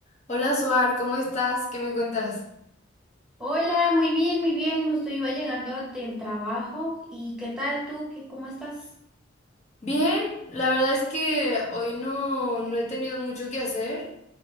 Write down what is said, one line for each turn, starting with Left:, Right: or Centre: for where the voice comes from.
Left: Hola, Suar, ¿cómo estás? ¿Qué me cuentas?
Centre: Hola, muy bien, muy bien. Justo iba llegando del trabajo. ¿Y qué tal tú? ¿Qué, cómo estás?
Left: Bien, la verdad es que hoy no, no he tenido mucho que hacer